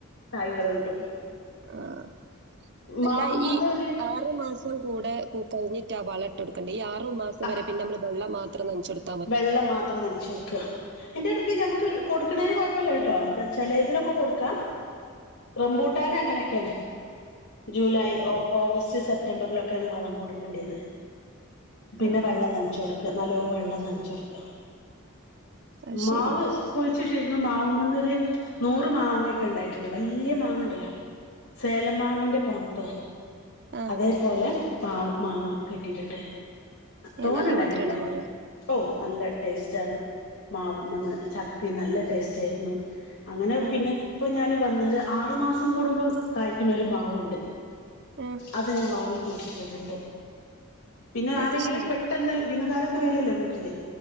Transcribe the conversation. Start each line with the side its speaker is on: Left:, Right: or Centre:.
Left: കായകൾ കിട്ടും.
Right: ആഹ്
Left: മാവുമ്പന്ന്
Right: അല്ല ഈ
Left: ഒരു
Right: ആറ് മാസം കൂടെ പൂവിട്ട വളം ഇട്ടുകൊടുക്കണ്ടേ ആറുമാസംവരെ
Left: ആഹ്
Right: പിന്നെ നമ്മള് വെള്ളം മാത്രം നനച്ച കൊടുക്ക
Left: വെള്ളം മാത്രം നനച്ചൊ കൊടുക്കുക തിന്റെ എടുക്ക് ഞമ്മക്ക് കൊടുക്കുന്നേന് കൊയപ്പല്ല കേട്ടോ!. എന്താച്ചാല്, ഇതിനൊക്കെ കൊടുക്കാം റംബൂട്ടാന് അങ്ങനെയൊക്കെയാണ് ജൂലൈ
Right: ആഹ്
Left: ഓഗസ്റ്റ് സെപ്റ്റംബറിലൊ <unintelligible> വളം കൊടുക്കേണ്ടത് പിന്നെ
Right: ആഹ്
Left: വെള്ളം
Right: ആഹ്
Left: നനച്ച് കൊടുക്ക നല്ലോണം വെള്ളം ന <unintelligible>
Right: അത്
Left: മാവ്
Right: ശരി
Left: കുഴിച്ചിട്ടിരുന്നു മാവുമ്മേന്നൊരു നൂറ് മാങ്ങ ഒക്കെ ഉണ്ടായിട്ടുണ്ട് വല്യ മാങ്ങ ഉണ്ടല്ലോ സേലം മാങ്ങന്റെ <unintelligible>
Right: ആഹ്
Left: അതേപോലെ മാവ് മാങ്ങ കിട്ടിയിട്ടുണ്ട്
Right: ഏഹ്
Left: തോനെ
Right: നല്ല
Left: ഉണ്ടായിട്ടുണ്ടായിരുന്നു
Right: മധുരള്ള മാങ്ങ
Left: ഓ നല്ല ടേസ്റ്റ് ആണ് മാവുമെന്നു ചക്കയും നല്ല ടേസ്റ്റ് ആയിരുന്നു അങ്ങനെ,
Right: ആഹ്
Left: പിന്നെ ഇപ്പൊ ഞാന് വന്നേരെ, ആറു മാസം കൂടുമ്പോ കായ്ക്കണൊരു മാവുണ്ട്.
Right: ഉം
Left: അത് ഞാൻ വാങ്ങിക്കഴിച്ചിട്ടിട്ടുണ്ട് പിന്നെ ആരെങ്കിലും
Right: അത് ശരി
Left: പെ ട്ടന്ന് വിനുകാരൊക്കെ വരുല്ലോ വീട്ടില്